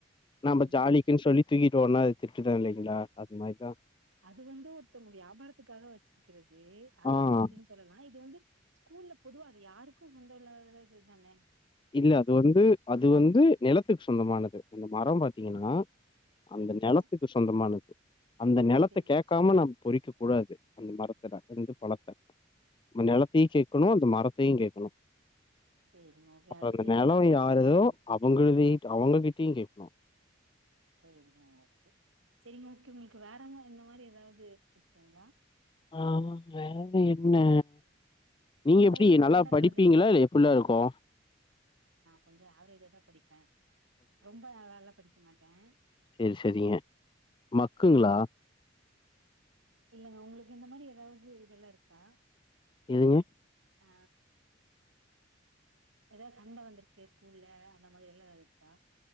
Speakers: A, on the right (about 85°); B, on the left (about 25°).
A: சேரிங்க
B: நம்ம ஜாலிக்குன்னு சொல்லி தூக்கி ஒன்னா திட்டுட்தா இல்லங்களா அது மாரிதான்
A: அது வந்து ஒருத்தவுங்க வியாபாரத்துக்காக வச்சிருக்கிறது அது
B: ஆ
A: அது திருட்டின்னு சொல்ல இது வந்து ஸ்கூல்ல பொதுவா அது யாருக்கும் சொந்த இல்லாததுதானே
B: இல்ல அது வந்து அது வந்து நிலத்துக்கு சொந்தமானது அந்த மரம் பாத் பாத்தீங்கன்னா
A: செரிங்க
B: அந்த நிலத்துக்கு சொந்தமானது அந்த நிலத்தை
A: செரிங்க
B: கேட்காம நம்ம பொறிக்க கூடாது அந்த மரத்துல இருந்து பழத்த அந்த நிலத்தையும் கேட்கணும் அந்த மரத்தையும் கேட்கணும்
A: செரிங்க ஓகே
B: அப்றோ
A: அடுத்த
B: அந்த
A: டைம்
B: நெலோ
A: இந்த மாரி
B: யாருதோ
A: கேட்டு
B: அவங்கள்தியு அவங்ககிட்டயு கேக் நோ
A: சேரிங்க ஓகே செரிங்க ஓகே உங்களுக்கு வேறவுங்க இந்த மாதிரி ஏதாவது இருக்குங்களா
B: ஆமா வேறது என்ன நீங்க
A: இந்த
B: எப்டி
A: மாரி சண்ட
B: நல்லா படிப்பீங்களா
A: நடந்திருக்கு
B: இல்ல எப்டில்லா இருக்கு
A: கொஞ்ச ஆவரேஜா தான் படிப்பேன் ரொம்ப நல்ல படிக்க மாட்டேன்
B: செரி செரிங்க மக்குங்களா
A: இல்லைங்க உங்களுக்கு இந்த மாரி ஏதாவது இதெல்லா இருக்கா
B: எதுங்க
A: ஆ ஏதாவது சண்ட வந்திருக்கு ஸ்கூல்ல அந்த மாரி எல்லா ஏதாவது இருக்கா